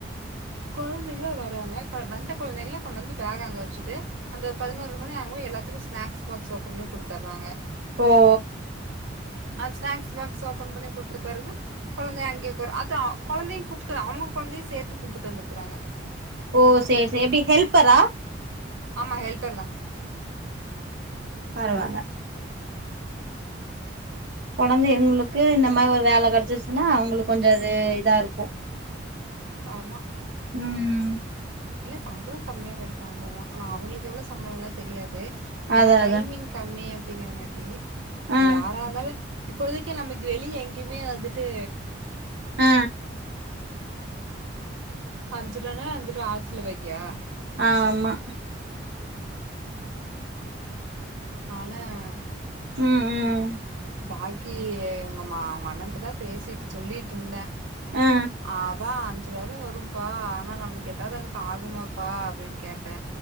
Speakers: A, on the right; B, on the right.
A: கொழந்தைங்களா வராங்க கொ வந்த குழந்தைங்கள கொண்டு வந்து பேக் அங்க வெச்சுட்டு அந்த ஒரு பதினோரு மணி அங்க போய் எல்லாத்துக்கு ஸ்நேக்ஸ் பாக்ஸ் ஓப்பன் பண்ணி குடுத்துராங்க
B: ஓஓ
A: ஆ ஸ்நேக்ஸ் பாக்ஸ் ஓப்பன் பண்ணி குடுத்த பெறகு கொழந்தை அங்கயே உக்கார் அதா கொழந்தையுங் கூப்புட்டு அவங்க கொழந்தையு சேத்து கூப்புட்டு வந்துக்குறாங்க
B: ஓ சேர் சேர் எப்டி ஹெல்பரா
A: ஆமா ஹெல்பர்தா
B: பரவால்ல கொழந்தை இருங்களுக்கு இந்த மார் ஒரு வேல கெடச்சுச்சுன்னா அவங்களுக்கு கொஞ்ச இது இதா இருக்கு
A: ஆமா
B: ம்
A: சம்பளங் கம்மியா கெடைக்கு அவ்ளோதா ஆனா அவுங்களுக்கு எவ்ளோ சம்பளம்லா தெரியாது
B: அதா
A: எனக்கு
B: அதா
A: டைமிங் கம்மியா ங்கரங்காட்டி என்ன
B: ஆ
A: யாரா இருந்தாலு இப்பொதைக்கு நமக்கு வெளிய எங்யுமே வந்துட்டு
B: அ அ
A: அஞ்சு ரூவானா அஞ்ரூவா ஹாஸ்டல்லு போய்டியா
B: ஆ ஆமா
A: ஏ
B: ம் ம்
A: பாக்கி இவுங்க மா அவுங்க அண்ணண்ட்டதா பேசிட்டு சொல்லிட்டு இருந்த
B: ஆ
A: ஆஃப் ப்பா அஞ்சு ரூவாதா வரும்பா ஆனா நம்முளுக்கு ஏதாவது எனக்கு ஆகுமாப்பா அப்டின் கேட் ட